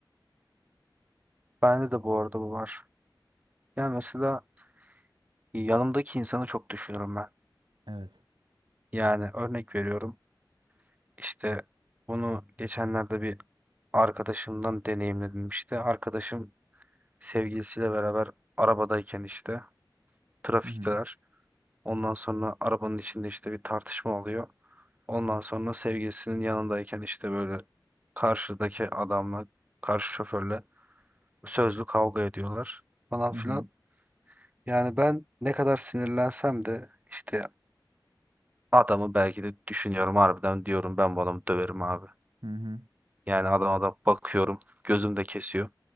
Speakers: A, on the right; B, on the right.
A: Bende de bu arada bu var. Yani mesela yanımdaki insanı çok düşünürüm ben.
B: Evet.
A: Yani örnek veriyorum. İşte bunu geçenlerde bir arkadaşımdan deneyimledim işte. Arkadaşım sevgilisiyle beraber arabadayken işte trafikteler.
B: Hı hı.
A: Ondan sonra arabanın içinde işte bir tartışma oluyor. Ondan sonra sevgilisinin yanındayken işte böyle karşıdaki adamla, karşı şoförle sözlü kavga ediyorlar falan filan.
B: Hı hı.
A: Yani ben ne kadar sinirlensem de işte adamı belki de düşünüyorum harbiden diyorum ben bu adamı döverim abi.
B: Hı hı.
A: Yani adam da bakıyorum gözüm de kesiyor.